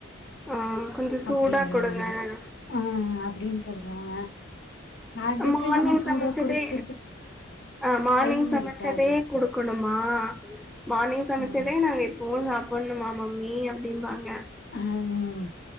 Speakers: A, in the centre; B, on the left (about 60°).
A: ஆ கொஞ்சோ சூடா
B: அப்டிங்ற
A: குடுங்க
B: மாரி அ ஆ அப்டின்னு சொல்றாங்க அதுக்கு
A: அ மார்னிங்
B: நம்ம சூடா
A: சமைச்சதே
B: குடுக்கறதுக்கு
A: ஆ மார்னிங்
B: டைம்
A: சமைச்சதே
B: இருக்காது
A: குடுக்கணுமா மார்னிங் சமைச்சதே
B: ம்
A: நாங்க இப் பவை சாப்ட்ணுமா மம்மி அப்டிம்பாங்க
B: ஹம்